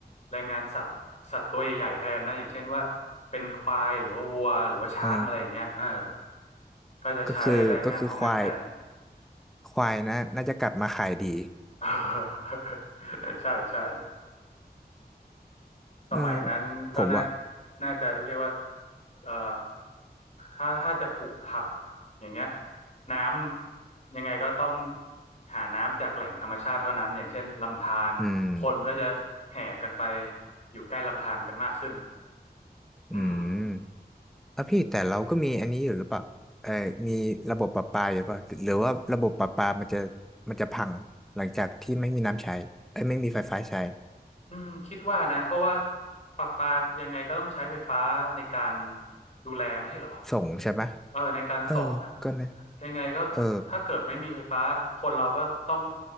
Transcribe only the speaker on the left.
แรงงานสัตว์สัตว์ตัวใหญ่ๆแทนนะอย่างเช่นว่าเป็นควายหรือว่าวัวหรือว่าช้างอะไรอย่างเงี้ยเออ
ก็จะใช้แรงงานพวกนั้นแทน
<laughs> ใช่ใช่
สมัยนั้นก็น่า
น่าจะเรียกว่าเอ่อถ้าถ้าจะปลูกผักอย่างเงี้ยน้ำยังไงก็ต้องหาน้ำจากแหล่งธรรมชาติเท่านั้นอย่างเช่นลำธารคนก็จะแห่กันไป
อยู่ใกล้ลำธารกันมากขึ้นอืม
อืมคิดว่านะเพราะว่าประปายังไงก็ต้องใช้ไฟฟ้าในการดูแลไม่ใช่เหรอ
เออในการส่งอ่ะ
ยังไงก็ถ้าเกิดไม่มีไฟฟ้าคนเราก็ต้อง